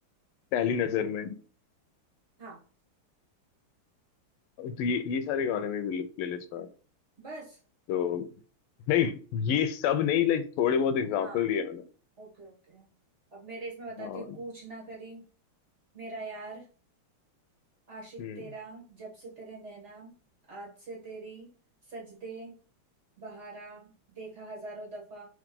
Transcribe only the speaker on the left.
पहली नजर में
तो ये ये सारे गाने में भी प्लेलिस्ट में है।
तो नहीं ये सब नहीं लाइक थोड़े बहुत एग्जांपल
दिए मैंने
हाँ
हम्म